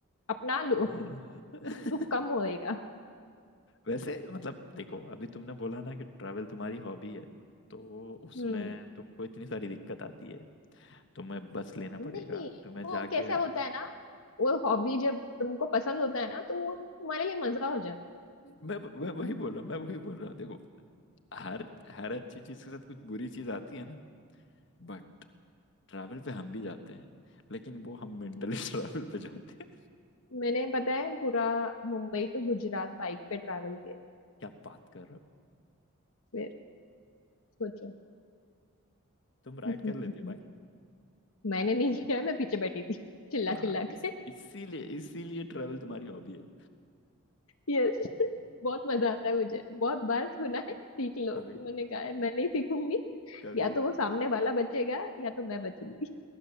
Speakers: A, on the left; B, on the left.
A: अपना लो
B: हाँ। <laughs>
A: दुख कम होएगा
B: वैसे मतलब देखो अभी तुमने बोला ना कि ट्रैवल तुम्हारी हॉबी है तो उसमें
A: हम्म
B: तुमको इतनी सारी दिक्कत आती है तुम्हें बस लेना पड़ेगा
A: नहीं
B: तुम्हें
A: वो
B: जाके
A: कैसा
B: <laughs>
A: होता है ना वो हॉबी जब तुमको पसंद होता है ना तो वो तुम्हारे लिए मजा हो
B: मैं मैं
A: जाता
B: वही
A: है
B: बोल रहा हूँ मैं वही बोल रहा हूँ देखो हर हर अच्छी चीज के साथ कुछ बुरी चीज आती है ना बट ट्रैवल पे हम भी जाते हैं लेकिन वो हम मेंटली
A: <laughs>
B: ट्रैवल <laughs> पे जाते हैं
A: मैंने पता है पूरा मुंबई टू गुजरात बाइक पे ट्रैवल किया
B: क्या बात कर रहे हो
A: फिर सोचो
B: तुम राइड
A: <laughs>
B: कर लेते हो भाई
A: मैंने नहीं किया मैं पीछे बैठी थी चिल्ला
B: ना
A: चिल्ला के।
B: इस इसीलिए इसीलिए ट्रैवल तुम्हारी हॉबी है
A: यस बहुत मजा आता है मुझे बहुत बार सुना है सीख लो
B: कभी कभी
A: मैंने कहा है मैं नहीं सीखूंगी
B: कभी
A: या तो वो सामने वाला बचेगा या तो मैं बचूंगी